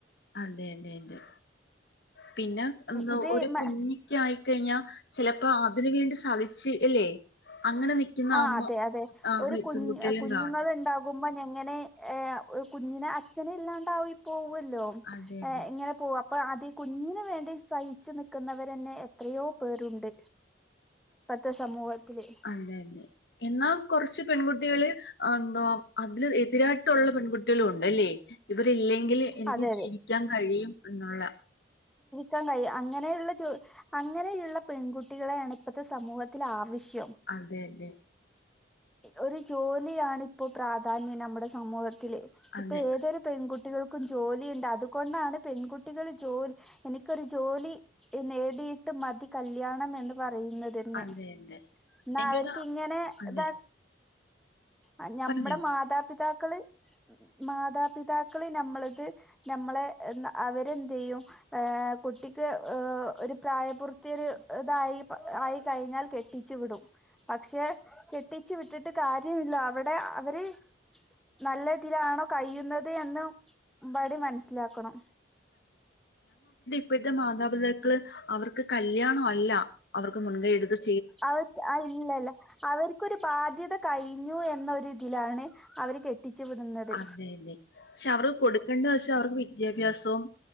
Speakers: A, on the left; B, in the centre.
A: അതെ അതെ അതെ പിന്നെ എന്താ
B: ഇത്
A: ഒരു
B: മ
A: കുഞ്ക്കാ ആയിക്കഴിഞ്ഞാ ചെലപ്പോ അതിന് വേണ്ടി സവിച്ച് അല്ലേ അങ്ങനെ നിൽക്കുന്ന
B: ആ
A: അമ്മ
B: അതെ അതെ
A: ആ
B: ഒരു കുഞ്
A: പെൺകുട്ടികളും
B: കുഞ്ഞുങ്ങള്
A: കാണാം
B: ണ്ടാകു മ്പോ ഞങ്ങനെ കുഞ്ഞിനെ അച്ഛനില്ലാണ്ടയിപ്പൊവ് ല്ലോ
A: അതെ അതെ
B: ഇങ്ങനെ പോ പ്പൊ അതി കുഞ്ഞിന് വേണ്ടി സഹിച്ച് നിൽക്കുന്നവരന്നെ എത്രയോ പേരുണ്ട് ഇപ്പത്തെ സമൂഹ ത്തില്
A: അതെ എന്നാ കുറച്ച് പെൺകുട്ടികള് എന്തോ അതില് എതിരാ ള്ള പെൺകുട്ടികളും ഉണ്ട്ല്ലേ അവരില്ലെങ്കില് എനിക്ക്
B: അതെ അതെ
A: ജീവിക്കാൻ കഴിയും എന്നുള്ള
B: കാൻ കഴിം അങ്ങനെള്ള അങ്ങനെയുള്ള പെൺകുട്ടികളെയാണ് ഇപ്പത്തെ സമൂഹത്തിൽ ആവശ്യം
A: അതെ അതെ
B: ഒരു ജോലിയാണ് ഇപ്പോ പ്രാധാന്യം നമ്മുടെ സമൂ ത്തില് ഇപ്പോ
A: അതെ
B: ഏതൊരു പെൺകു ട്ടികൾക്കും ജോലി ഉണ്ട് അതുകൊണ്ടാണ് പെൺകുട്ടികൾ ജോലി എനിക്കൊരു ജോലി നേടിയിട്ട് മതി കല്യാണം എന്ന് പറ റയന്നന്നെ
A: അതെ അതെ
B: എന്ന
A: എനിക്കത്
B: അവർക്ക് ഇങ്ങനെ
A: അതെ
B: ഇത ആ ഞമ്മടെ
A: പറഞ്ഞോ
B: മാതാപിതാ- കള് മാതാപിതാ ക്കള് നമ്മളത് നമ്മളെ അവരെന്ത്യ്യും ഏ കുട്ടിക്ക് ഏ ഒരു പ്രായപൂർത്തിയ ഒരു ഇതായി ആയി കഴിഞ്ഞാൽ കെട്ടിച്ചു വിടും പക്ഷെ കെട്ടിച്ചു വിട്ടിട്ട് കാര്യമില്ല അവിടെ അവര് നല്ല ഇതിലാണോ കൈയുന്ന എന്നും ബെടിം മനസ്സിലാക്കണം
A: ഇപ്പത്തെ മാതാപിതാക്കള് അവർക്ക് കല്യാണം അല്ല അവർക്ക് മുൻകൈ എടുത്ത് സ്
B: അവർക്ക് ഇല്ല ഇല്ല അവർക്കൊരു ബാധ്യത കഴിഞ്ഞു എന്നൊരു ഇതിലാണ് അവർ കെട്ടിച്ചു വിടുന്നത്
A: അതെ അതെ പക്ഷെ അവർ കൊടുക്കേണ്ട വെച്ചാ അവർക്ക് വിദ്യാഭ്യാസവും